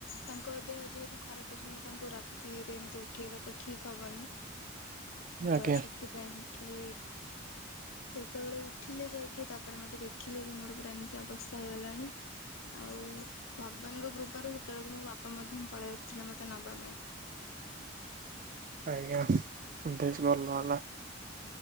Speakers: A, on the left; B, on the right.
A: ତାଙ୍କ ଦେହ ଯେହେତୁ ଖରାପ ହେଇଛି ମୁଁ ତାଙ୍କୁ ରାତିରେ ଏମତି ଉଠେଇବା ତ ଠିକ ହବନି।
B: ଆଜ୍ଞା
A: ତ ସେଥିପାଇଁକି ସେ ଯେତେବେଳେ ଉଠିଲେ ଯାଇକି ତାପରେ ମତେ ଦେଖିଲେ କି ମୋର ପୁରା ଏମିତି ଅବସ୍ଥା ହେଇଗଲାଣି। ଆଉ ଭଗବାନଙ୍କ କୃପାରୁ ସେତେବେଳକୁ ମୋ ବାପା ମଧ୍ୟ ପଳେଇ ଆସି ଥିଲେ ମତେ ନବା ପାଇଁ।
B: ଆଜ୍ଞା ବେଶ୍ ଭଲ ହେଲା।